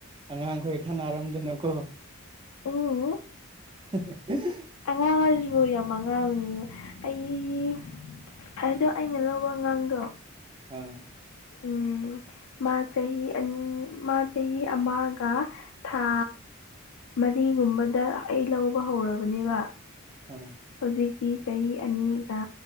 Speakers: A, on the right (about 20°); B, on the left (about 80°).
A: ꯑꯉꯥꯡꯈꯣꯏ ꯈꯥꯟꯅꯔꯝꯗꯅꯀꯣ
B: ꯎꯝ
A: <unintelligible>
B: ꯑꯉꯥꯡ ꯍꯥꯏꯁꯤꯕꯨ ꯌꯥꯝ ꯑꯉꯥꯡꯅꯤꯅ ꯑꯩ ꯑꯗꯣ ꯑꯩꯅ ꯂꯧꯕ ꯑꯉꯥꯡꯗꯣ
A: ꯍꫭꯏ
B: ꯎꯝ ꯃꯥ ꯆꯍꯤ ꯑꯅꯤ ꯃꯥ ꯆꯍꯤ ꯑꯃꯒ ꯊꯥ ꯃꯔꯤꯒꯨꯝꯕꯗ ꯑꯩ ꯂꯧꯕ ꯍꯧꯔꯕꯅꯦꯕ
A: ꯍꯥ
B: ꯍꯧꯖꯤꯛꯇꯤ ꯆꯍꯤ ꯑꯅꯤꯒ